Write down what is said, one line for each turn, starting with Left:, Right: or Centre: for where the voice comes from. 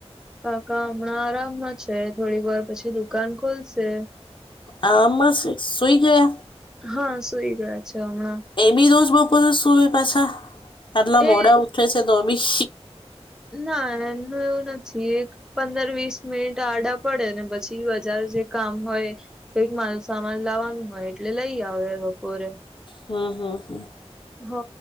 Centre: કાકા હમણાં આરામમાં છે થોડીક વાર પછી દુકાન ખોલશે.
Left: આરામ માં છે સુઈ ગયા?
Centre: હા સુઈ ગયા છે. હમ
Left: એ બી રોજ બપોરે સુવે પાછા. આટલા
Centre: એ
Left: મોડા ઉઠે છે તો બી.
Centre: ના એમનું એવું નથી. એક પંદર વીસ મિનિટ આડા પડે ને પછી બજાર જે કામ હોય. કંઈક માલ સામાન લાવવાનું હોય એટલે લઈ આવે બપોરે.
Left: હમ્મ હમ્મ હમ્મ
Centre: હઓ